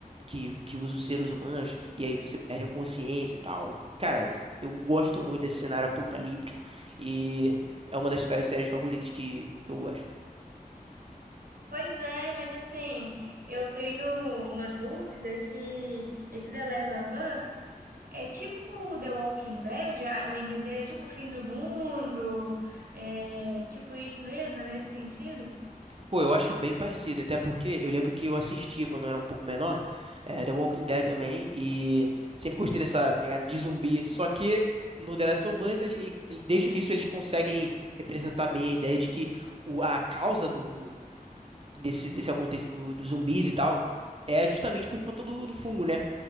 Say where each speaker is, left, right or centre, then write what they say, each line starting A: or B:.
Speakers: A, on the right (about 40°); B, on the right (about 85°).
A: que que usa os seres humanos, e aí você perde a consciência e tal. Cara, eu gosto muito desse cenário apocalíptico. E é uma das fe- séries favoritas que, que eu gosto.
B: Pois é, mas assim, eu tenho uma dúvida que esse The Last of Us, É tipo The Walking Dead, a- o enredo dele é tipo o fim do mundo, é tipo isso mesmo, é nesse sentido?
A: Pô, eu acho bem parecido, até porque eu lembro que eu assistia quando eu era um pouco menor, eh, The Walking Dead também, e sempre gostei dessa pegada de zumbi. Só que no The Last of Us, ele, ele- ele- desde o início, eles conseguem representar bem a ideia de que o, a causa do, desse, desse acontecimento dos zumbis e tal é justamente por conta do, do fungo, né?